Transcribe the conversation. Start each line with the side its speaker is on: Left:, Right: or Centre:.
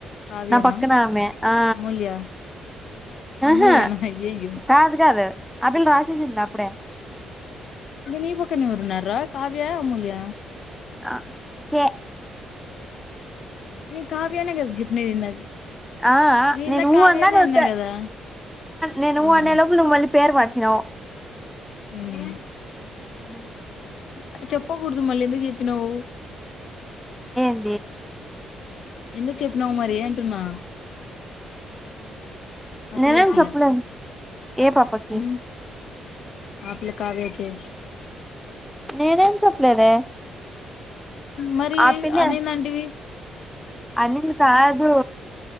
Left: కావ్యనా
Centre: నా పక్కన ఆమె ఆ
Left: అమూల్య అమూల్యనా
Centre: ఆహా
Left: అయ్యయ్యో
Centre: కాదు కాదు ఆ పిల్ల రాసేసింది అప్పుడే
Left: ఇంకా నీ పక్కన ఎవరున్నారు రా కావ్య అమూల్య
Centre: ఆ ఓకే
Left: నీకు కావ్య అనే చెప్పిన ఇందాక
Centre: ఆ ఆ నేను
Left: ఇందాక
Centre: ఊ
Left: కావ్యనే
Centre: అన్నాను అంతే
Left: అన్నా కదా
Centre: నేను
Left: ఆహా
Centre: ఊ అనే లోపు మళ్ళీ పేరు మార్చినవ్
Left: మ్మ్
Centre: ఆ
Left: అట్ట చెప్పకూడదు మళ్ళీ ఎందుకు చెప్పినవ్
Centre: ఏ
Left: ఎందుకు చెప్పినావు మరి అంటున్నా ఆ
Centre: నేనేం
Left: పిల్లకి
Centre: చెప్పలేను ఏ పాపకి
Left: ఉమ్ ఆ పిల్ల కావ్య కే
Centre: నేనేం చెప్పలేదే
Left: మరి
Centre: ఆ పిల్ల
Left: అనింది అంటివి
Centre: అనింది కాదు